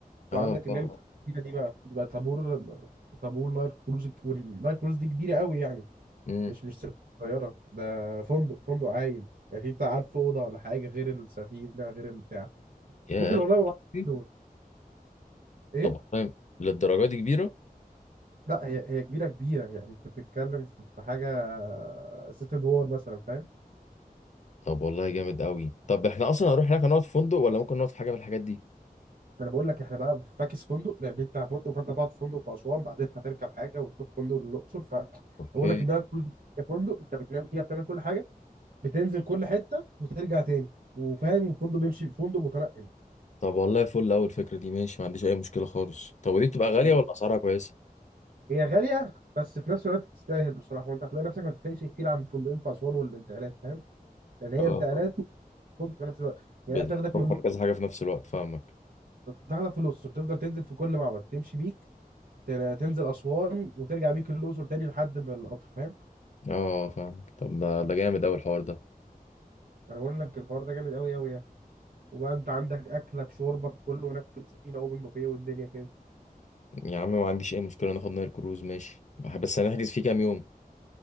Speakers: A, on the right; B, on the left.
A: يبقى
B: اه
A: عندك اللي
B: اه
A: هي بتاعت الكبيرة دي بقى يبقى طابور طابور نايل كروز والنايل كروز دي كبيره قوي يعني
B: امم
A: مش مش سفينة صغيره ده فندق فندق عايم يعني في بتاع عارف اوضه ولا حاجه غير السفينه غير البتاع
B: ياه،
A: ممكن والله ما
B: دي
A: بعرف ايه
B: طب والله للدرجة دي كبيرة
A: لا هي هي كبيره كبيره يعني انت بتتكلم في في حاجه ست ادوار مثلا فاهم
B: طب والله جامد قوي طب احنا اصلا هنروح هناك هنقعد في فندق ولا ممكن نقعد في حاجة من الحاجات دي
A: انا بقول لك احنا بقى فاكس فندق لان انت فندق فانت هتقعد في فندق في اسوان بعدين هتركب حاجه وتروح فندق للاقصر فبقول
B: اوكي
A: لك انها الكروز هي فندق انت بتنام فيها بتعمل كل حاجه بتنزل كل حته وترجع تاني وفاهم الفندق بيمشي فندق متنقل
B: طب والله فل اول فكرة دي ماشي ما عنديش اي مشكلة خالص طب ودي بتبقى غالية
A: هي
B: ولا اسعارها كويسة
A: هي غاليه بس في نفس الوقت تستاهل بصراحه وانت هتلاقي نفسك ما تفرقش كتير عن الفندقين في اسوان والانتقالات فاهم لان هي
B: اه
A: انتقالات
B: طب
A: وفندق في نفس الوقت يعني
B: بتوفر
A: هي بتاخدك من
B: كذا حاجة في نفس الوقت فاهمك
A: تاخدك في الأقصر تفضل تنزل في كل معبد تمشي بيك تل- تنزل أسوان وترجع بيك الأقصر تاني لحد ما القطر فاهم
B: اه فاهمك طب ده ده جامد اوي الحوار ده
A: أنا بقول لك الحوار ده جامد أوي أوي يعني وبقى أنت عندك أكلك شربك كله هناك في السفينة أوبن بوفيه والدنيا كده
B: يا عم ما عنديش اي مشكلة ناخد نايل كروز ماشي بس هنحجز فيه كام يوم